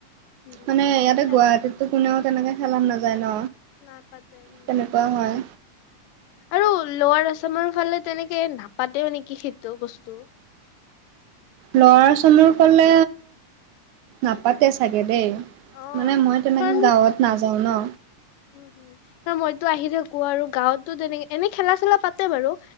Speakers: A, on the left (about 85°); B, on the right (about 75°).
A: উম
B: মানে
A: ময়ো
B: ইয়াতে
A: চাই
B: গুৱাহাটীত
A: পা-
B: তো কোনেও তেনেকে খেলাত নাযায় ন?
A: নাপাতে উম।
B: তেনেকুৱা হয়
A: আৰু লোৱাৰ আচামৰ ফালে তেনেকে নাপাতেও নেকি সেইটো বস্তু?
B: লোৱাৰ আচামৰ ফালে নাপাতে চাগে দেই।
A: অ',
B: মানে মই তেনেকে
A: কাৰণ
B: গাঁৱত নাযাও ন?
A: উম, মইতো আহি থাকোঁ আৰু গাঁৱততো তেনেক এনে খেলা চেলা পাতে বাৰু।